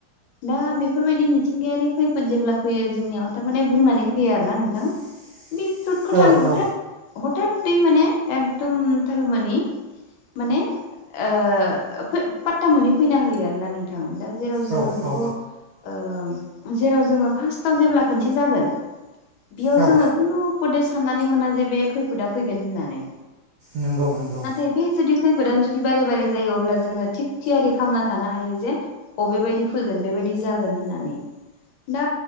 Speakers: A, on the left; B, on the right.
A: दा बेफोरबायदि मिथिंगायारि खैफोद जेब्ला फैयो जोंनियाव थारमाने बुंनानै फैयो आरो ना नोंथां।
B: <inaudible>
A: बे थुदखथान
B: औ
A: हथात
B: औ
A: हथात दै माने एकदम थालमोनि माने ओ फो फात्ता मोननै फैना होयो आरो ना नोंथां। दा जेराव जोङो
B: औ
A: बेखौ
B: औ
A: ओ जेराव जोङो फार्स्टआव जेब्ला खोनसे जागोन बेयाव
B: औ औ
A: जोङो खुनुपदे साननानै मोना जे बे खैफोदा फैगोन होननानै।
B: नंगौ नंगौ।
A: नाथाय बे जुदि खैफोदानो जुदि बारे बारे जायो अब्ला जोङो थिग थियारि खालामामना थानो हायो जे अबेबायदि फैगोन बेबायदि जागोन होननानै दा